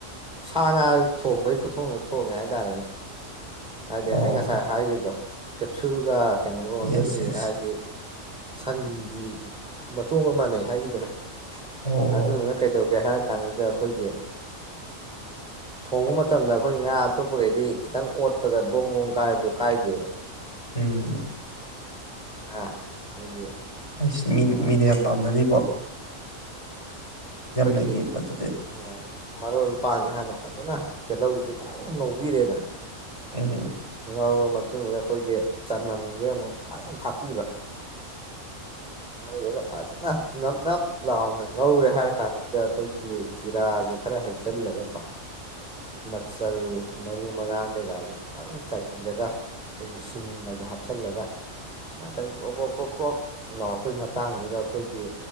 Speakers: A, in the centre; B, on the left.
A: ꯁꯥ ꯉꯥ ꯊꯣꯡꯕꯒꯤ ꯈꯨꯊꯣꯡꯗ ꯊꯣꯡꯉꯦ ꯍꯥꯏꯇꯥꯔꯦꯅꯦ ꯍꯥꯏꯗꯤ
B: ꯑꯣ
A: ꯑꯩ ꯉꯁꯥꯏ ꯍꯥꯏꯈꯤꯕꯗꯣ ꯀꯦꯞꯁꯨꯜꯒ ꯀꯩꯅꯣꯒ ꯑꯣꯟꯁꯤꯟꯈꯤ
B: ꯌꯦꯁ ꯌꯦꯁ
A: ꯍꯥꯏꯗꯤ ꯁꯟꯒꯤ ꯃꯇꯨꯡꯣꯡ ꯑꯃ ꯃꯥꯟꯅꯩ ꯍꯥꯏꯈꯤꯗꯅ
B: ꯑꯣ
A: ꯑꯗꯨꯗꯨꯅ ꯀꯩꯗꯧꯒꯦ ꯍꯥꯏꯔ ꯀꯥꯡꯥꯡꯁꯤꯗ ꯑꯩꯈꯣꯏꯒꯤ ꯍꯣꯡꯕ ꯃꯇꯝꯗ ꯑꯩꯈꯣꯏ ꯉꯥ ꯑꯇꯣꯞꯄꯈꯩꯗꯤ ꯈꯤꯇꯪ ꯑꯣꯠꯄꯗ ꯕꯣꯡ ꯕꯣꯡ ꯀꯥꯏꯕꯗꯣ ꯀꯥꯏꯗꯦꯕ
B: ꯎꯝ
A: ꯑꯥ ꯍꯥꯏꯗꯤ
B: ꯑꯩꯁꯤ ꯃꯤ
A: ꯑꯩꯈꯣꯏ
B: ꯃꯤꯅ ꯌꯥꯝ ꯄꯥꯝꯅꯅꯤꯕ
A: ꯑꯩꯈꯣꯏꯒꯤ
B: ꯂꯩꯅꯤ ꯃꯗꯨꯗꯤ
A: ꯑ ꯃꯔꯣꯏ ꯃꯄꯥꯡꯁꯦ ꯍꯥꯟꯅ ꯐꯖꯅ ꯇꯤꯜꯍꯧꯁꯦ ꯐꯖꯅ ꯉꯧꯕꯤꯔꯦꯗꯅ
B: ꯎꯝ
A: ꯇꯧꯔꯕ ꯃꯇꯨꯡꯁꯤꯗ ꯑꯩꯈꯣꯏꯒꯤ ꯆꯅꯝꯁꯦ ꯑꯃꯨꯛ ꯐꯖꯅ ꯊꯥꯛꯄꯤꯕ ꯑꯗꯨꯗꯨꯒ ꯐꯖꯅ ꯅꯞ ꯅꯞ ꯂꯥꯎꯅ ꯉꯧꯔꯦ ꯍꯥꯏꯔ ꯀꯥꯟꯁꯤꯗ ꯑꯩꯈꯣꯏꯒꯤ ꯆꯤꯔꯥꯁꯦ ꯈꯔ ꯍꯩꯆꯜꯂꯒꯀꯣ ꯃꯆꯜ ꯃꯔꯨ ꯃꯔꯥꯡ ꯀꯩꯀꯥꯁꯦꯝ ꯆꯥꯏꯕꯤꯔꯒ ꯑꯩꯈꯣꯏꯒꯤ ꯁꯤꯡꯒꯁꯦ ꯍꯥꯞꯆꯜꯂꯒ ꯉꯥꯛꯇꯪ ꯄ꯭ꯔꯣꯛ ꯄ꯭ꯔꯣꯛ ꯄ꯭ꯔꯣꯛ ꯄ꯭ꯔꯣꯛ ꯂꯥꯎꯔꯛꯄꯩ ꯃꯇꯥꯡꯗꯨꯗ ꯑꯩꯈꯣꯏꯒꯤ